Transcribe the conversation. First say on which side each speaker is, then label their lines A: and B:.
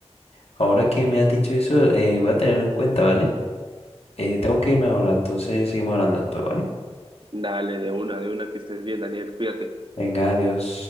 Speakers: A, on the left (about 65°); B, on the right (about 45°).
A: ahora que me has dicho eso, eh, voy a tenerlo en cuenta, ¿vale? Eh, tengo que irme ahora, entonces seguimos hablando después, ¿vale?
B: Dale, de una, de una, que estés bien, Daniel, cuídate.
A: Venga, adiós.